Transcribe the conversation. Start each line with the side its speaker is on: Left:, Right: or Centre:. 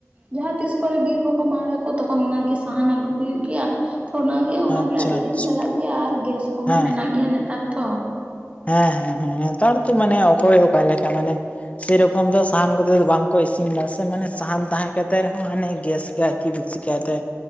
Right: ᱡᱟᱦᱟᱸ ᱛᱤᱥ ᱠᱚᱨᱮ ᱵᱤᱨ ᱠᱚᱠᱚ ᱢᱟᱜᱟ ᱾ ᱠᱚ ᱛᱚᱠᱷᱚᱱ ᱚᱱᱟ ᱜᱮ ᱥᱟᱦᱟᱱ ᱟᱹᱜᱩ ᱦᱩᱭᱩᱜ ᱜᱮᱭᱟ ᱛᱚ ᱚᱱᱟ ᱜᱮᱭᱟ ᱚᱱᱟᱜᱮ
Left: ᱟᱪᱪᱷᱟ
Right: ᱟᱹᱰᱤ
Left: ᱟᱪᱪᱷᱟ
Right: ᱫᱤᱱ ᱪᱟᱞᱟᱜ ᱜᱮᱭᱟ ᱟᱨ ᱜᱮᱥ ᱠᱚᱢᱟ
Left: ᱦᱮᱸ
Right: ᱢᱮᱱᱟᱜ ᱜᱮᱭᱟ ᱱᱮᱛᱟᱨ ᱫᱚ᱾
Left: ᱦᱮᱸ ᱦᱮᱸ ᱦᱮᱸ ᱦᱮᱛᱟᱨ ᱫᱚ ᱢᱟᱱᱮ ᱚᱠᱚᱭ ᱚᱠᱟ ᱞᱮᱠᱟ ᱢᱟᱱᱮ ᱥᱮᱨᱚᱠᱚᱢ ᱫᱚ ᱥᱟᱦᱟᱱ ᱠᱚᱛᱮ ᱫᱚ ᱵᱟᱝᱠᱚ ᱤᱥᱤᱱ ᱫᱟ ᱥᱮ ᱢᱟᱱᱮ ᱥᱟᱦᱟᱱ ᱛᱟᱦᱮᱸ ᱠᱟᱛᱮ ᱨᱮᱦᱚᱸ ᱦᱟᱱᱮ ᱜᱮᱥ ᱜᱮ ᱟᱨᱠᱤ ᱵᱤᱥᱤ ᱠᱟᱭᱛᱮ